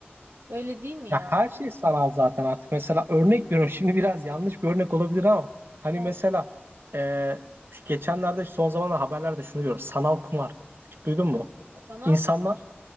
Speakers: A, on the right; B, on the right.
A: Öyle değil mi ya?
B: Ya her şey sanal zaten artık. Mesela örnek veriyorum şimdi biraz yanlış bir örnek olabilir ama hani
A: Olsun.
B: mesela e, şu geçenlerde son zamanlarda haberlerde şunu görüyorum. Sanal kumar. Hiç duydun mu?
A: Sanal
B: İnsanlar
A: kumar.